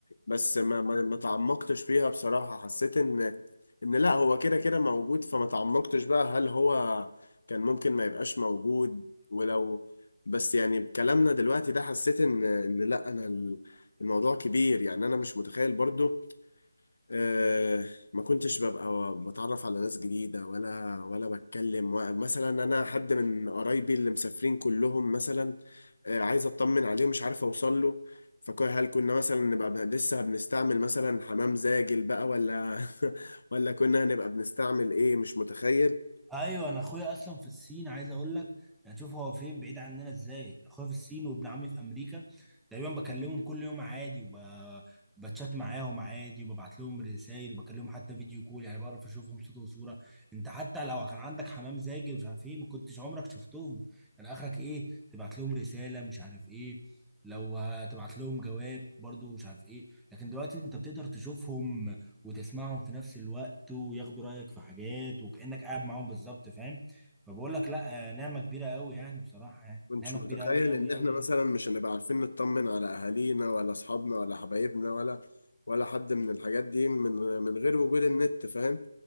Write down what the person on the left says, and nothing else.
بس ما ما ما تعمقتش فيها بصراحة حسيت ان ان لا هو كده كده موجود فما تعمقتش بقى هل هو كان ممكن ما يبقاش موجود ولو بس يعني بكلامنا دلوقتي ده حسيت ان ان لا انا ال- الموضوع كبير يعني انا مش متخيل برضو أه ما كنتش ببقى بتعرف على ناس جديدة ولا ولا بتكلم و- مثلا أنا حد من قرايبي اللي مسافرين كلهم مثلا أه عايز أطمن عليه ومش عارف أوصل له فهل كنا مثلا نبقى بن- لسه بنستعمل مثلا حمام زاجل بقى ولا <laughs> ولا كنا هنبقى بنستعمل إيه مش متخيل
كنتش
متخيل
إن إحنا
مثلا مش هنبقى عارفين نطمن على أهالينا ولا أصحابنا ولا حبايبنا ولا ولا حد من الحاجات دي من من غير وجود النت فاهم